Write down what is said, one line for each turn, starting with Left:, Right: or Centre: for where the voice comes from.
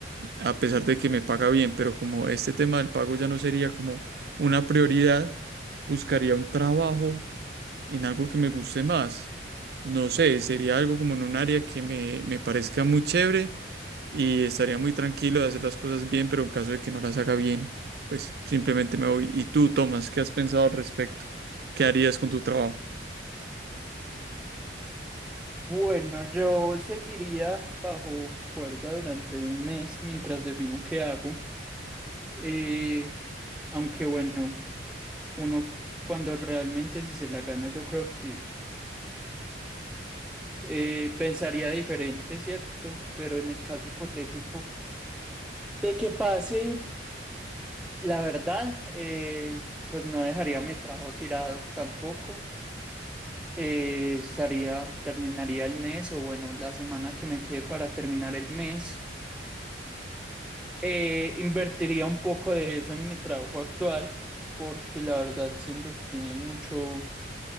Right: a pesar de que me paga bien, pero como este tema del pago ya no sería como una prioridad, buscaría un trabajo en algo que me guste más. No sé, sería algo como en un área que me, me parezca muy chévere y estaría muy tranquilo de hacer las cosas bien, pero en caso de que no las haga bien, pues simplemente me voy. ¿Y tú, Tomás, qué has pensado al respecto? ¿Qué harías con tu trabajo?
Centre: Bueno, yo seguiría bajo cuerda durante un mes mientras defino qué hago. Eh, aunque bueno, uno cuando realmente si se la gana, yo creo que eh, pensaría diferente, ¿cierto? Pero en el caso hipotético de que pase, la verdad, eh, pues no dejaría mi trabajo tirado tampoco. Eh, estaría, terminaría el mes o bueno, la semana que me quede para terminar el mes. Eh, invertiría un poco de eso en mi trabajo actual, porque la verdad siento que tiene mucho